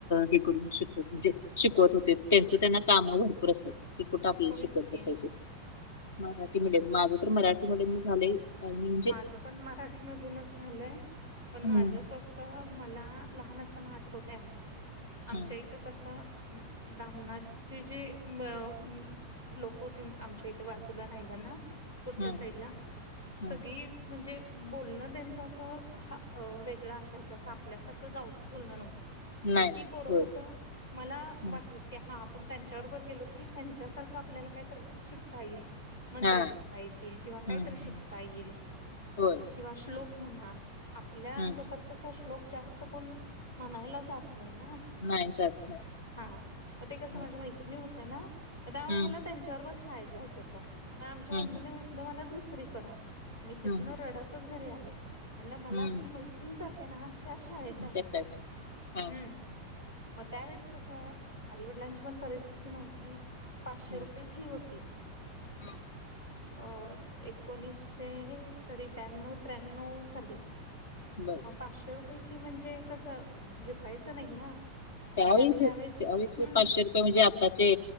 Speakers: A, on the left; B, on the left.
A: हे करून शिके म्हणजे शिकवत होते. त्यांच त्यांना कामं भरपूर असायचे. ती कुठं आपल्याला
B: होयच
A: शिकत
B: की
A: बसायची? मराठी मिडी माझं तर मराठी- <unintelligible> झाले आणि -
B: माझ पण मराठीमधूनच झालंय. पण माझ
A: हं,
B: कस- कस मला लहान असताना आठवतय अजून. आमच्या
A: हं,
B: इ- थे कस ब्राह्मणाचे जे अ- लोक होते आमच्या इथं बाजूला राहिला ना? पुढच्या
A: हं,
B: साईड ला.
A: हं.
B: सगळी म्हणजे बोलणं त्यांच असं हा वेगळं असायचं. असं आपल्यासारखं- गावठी बोलणं नव्हत.
A: नाही,
B: मग
A: नाही.
B: ती पोर
A: होय.
B: कस? मला
A: हं.
B: वाटायचं- की हा आपण त्यांच्याबरोबर गेलो की त्यांच्यासारखं आपल्याला काहीतरी शिकता येईल. मंत्र
A: हां.
B: शिकता येतील किंवा कायतरी
A: हं, हं.
B: शिकता येईल.
A: होय.
B: किंवा श्लोक म्हणा. आपल्या
A: हं.
B: लोकात- कसा श्लोक जास्त कोण म्हणायला जात नाही ना?
A: नाही जात नाही.
B: हा. मग ते कसं
A: हं,
B: माझ्या मैत्री - णी होत्या ना? त्यामुळे
A: हं,
B: मला त्यांच्याबरोबर शाळेत जायचं होतं. म आमच्या
A: हं,
B: मम्मीने-
A: हं.
B: मला दुसरीकडं. मी तिथनं
A: हं, हं.
B: रडतच घरी आले. म्हणलं मला
A: हं.
B: ती मैथी ली जाते ना? त्याच शाळेत जायचंय.
A: त्याच्यात हां.
B: हम्म. मग त्यावेेळेस कसं? आई वडिलांची पण परिस्थिती नव्हती. पाचशे
A: हं,
B: रुपये फी होती.
A: हं.
B: अ. एकोणीस- तरी ब्याण्णव त्र्याण्णव साली.
A: बर.
B: मग पाचशे रुपये फी म्हणजे कसं? झेपायचं नाही ना.
A: त्यावेळीचे
B: आणि आम्ही त्यावेळेस
A: त्यावेळेचे
B: हम्म
A: पाचशे रुपये म्हणजे आताचे